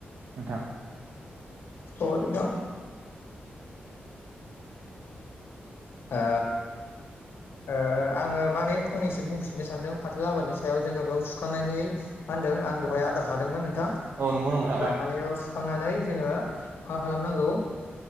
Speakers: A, on the right; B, on the left.
A: नोंथां।
B: औ नोंथां ओ ओ आङो माने फंनैसो बुंफिफिननो सानदों फाथो आबादनि सायाव जोङो बेयाव सुखांनायनि मा होनदों आं दहाय आद्रा थादोंमोन नोंथां
A: औ नंगौ नोंथां
B: माने बेयाव सुखांनानै जोङो मा खालामनांगौ